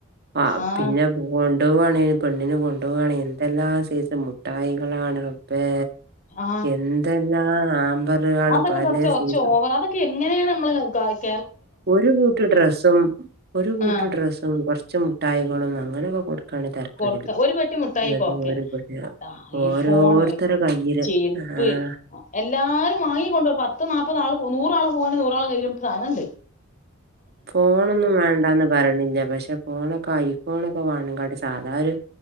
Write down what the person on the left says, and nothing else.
ആഹ്
ആ
അതൊക്കെ
കൊറച്ച് കൊറച്ച്
ഓവർ അതൊക്കെ എങ്ങനെയാണ് മ്മള് ഗായ്സ്
ആഹ്
കൊടുക്ക ഒരു പെട്ടി മുട്ടായിയൊക്കെ
ഓക്കെ
ഐ
ഫോണ്
ചെരുപ്പ്
എല്ലാരും വാങ്ങിക്കണ്ടപ പത്ത് നാപ്പത് ആ നൂറാ പോ നൂറാള കയ്ുംധാനണ്ട്